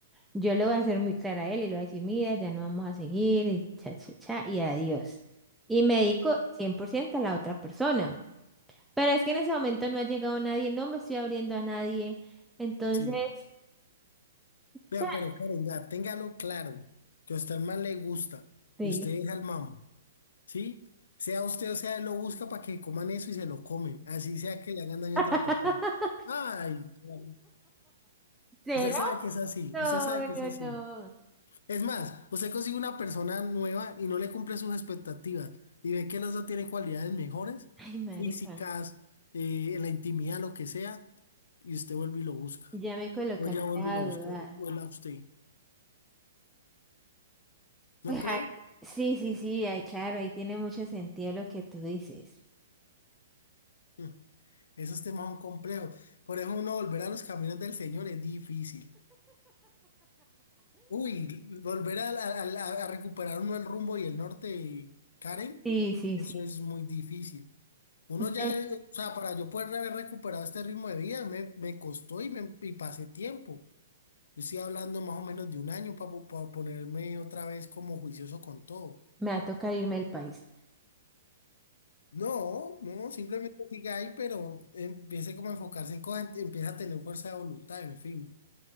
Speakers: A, in the centre; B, on the left (about 75°).
A: Yo le voy a ser muy clara a él y le voy a decir, mira, ya no vamos a seguir, y cha, cha, cha, y adiós. Y me dedico 100% a la otra persona. Pero es que en ese momento no ha llegado nadie, no me estoy abriendo a nadie. Entonces,
B: Sí. Vea,
A: cha,
B: pero Karen, vea, téngalo claro, que a usted el man le gusta
A: sí.
B: y usted deja al mam, ¿sí? Sea usted o sea, él lo busca para que coman eso y se lo comen, así sea que le hagan daño
A: <laughs>
B: a otra persona. Ay, Karen,
A: ¿Será?
B: usted sabe que es así,
A: No,
B: usted sabe que
A: no,
B: es así.
A: no.
B: Es más, usted consigue una persona nueva y no le cumple sus expectativas y ve que el otro tiene cualidades mejores,
A: Ay, marica,
B: físicas, eh, en la intimidad, lo que sea, y usted vuelve y lo busca.
A: ya me colocaste
B: O ya vuelve
A: a
B: y lo
A: dudar.
B: busca, o él a usted.
A: Pues
B: ¿No cree?
A: ay, sí, sí, sí, ay, claro, ahí tiene mucho sentido lo que tú dices.
B: Mm, Esos temas son complejos. Por eso uno volver a los caminos del Señor es difícil. Uy, volver a, a- a- a recuperar uno el rumbo y el norte, Karen,
A: Sí, sí,
B: eso
A: sí.
B: es muy difícil. Uno ya,
A: Eh,
B: eh, o sea, para yo poder haber recuperado este ritmo de vida, me, me costó y, me, y pasé tiempo. Yo estoy hablando más o menos de un año para, ponerme otra vez como juicioso con todo.
A: Me va a tocar irme del país.
B: No, no, simplemente siga ahí, pero empiece como a enfocarse en cosas, empieza a tener fuerza de voluntad, en fin.